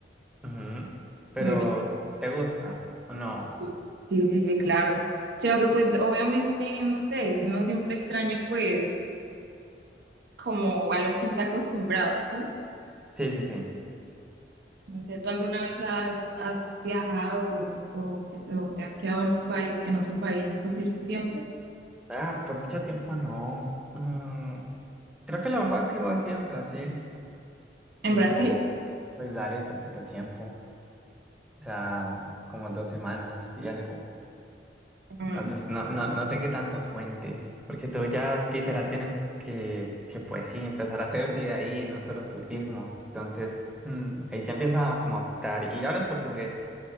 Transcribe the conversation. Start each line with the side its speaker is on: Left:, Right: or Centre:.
Centre: Ujú. Pero,
Right: muy
Centre: ¿te gusta o no?
Right: difícil. Sí, sí, sí, claro. Sino que pues obviamente, no sé, no siempre extraño pues como a lo que está acostumbrado, ¿sí?
Centre: Sí, sí, sí.
Right: No sé, ¿tú alguna vez has, has viajado o, o que- o te has quedado en un país, en otro país por cierto tiempo?
Centre: Ah, por mucho tiempo no. Mm, creo que lo máximo ha sido en Brasil,
Right: ¿En
Centre: pero
Right: Brasil?
Centre: pues dale poquito tiempo. O sea, como dos semanas y algo.
Right: Mm,
Centre: Entonces, no, no, no sé qué tanto cuente, porque tú ya literal tienes que, que pues sí, empezar a hacer vida ahí, no solo turismo. Entonces, mm, ahí ya empieza como a afectar. Y hablas portugués.